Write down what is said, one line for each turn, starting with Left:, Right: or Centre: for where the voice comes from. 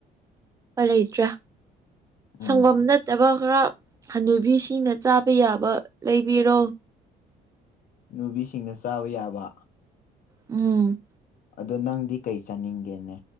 Right: ꯂꯩꯇ꯭ꯔꯦ
Left: ꯎꯝ
Right: ꯁꯪꯒꯣꯝ ꯅꯠꯇꯕ ꯈꯔ ꯍꯅꯣꯏꯕꯤ ꯁꯤꯅ ꯆꯥꯕ ꯌꯥꯕ ꯂꯩꯕꯤꯔꯣ
Left: ꯅꯨꯕꯤꯁꯤꯡꯅ ꯆꯥꯕ ꯌꯥꯕ
Right: ꯎꯝ
Left: ꯑꯗꯣ ꯅꯪꯗꯤ ꯀꯩ ꯆꯥꯅꯤꯡꯒꯦꯅꯦ